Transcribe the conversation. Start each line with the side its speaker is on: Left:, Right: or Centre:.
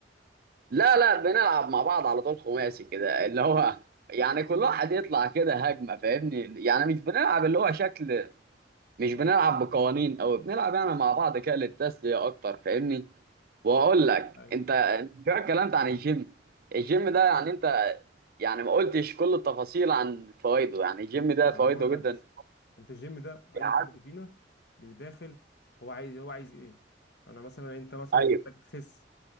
Right: لا لا بنلعب مع بعض على طول خماسي كده اللي هو يعني كل واحد يطلع كده هجمه فاهمني يعني مش بنلعب اللي هو شكل مش بنلعب بقوانين او بنلعب يعني مع بعض كده للتسليه اكتر فاهمني واقول لك
Left: ايوه
Right: انت أنت شويه اتكلمت عن الجيم الجيم ده يعني انت يعني ما قلتش كل التفاصيل عن فوائده يعني الجيم ده فوائده
Left: انا بقول
Right: جدا
Left: لك بص انت الجيم ده
Right: يعني
Left: اي فرد فينا بيداخل هو عايز هو عايز ايه انا مثلا انت مثلا
Right: ايوه
Left: محتاج تخس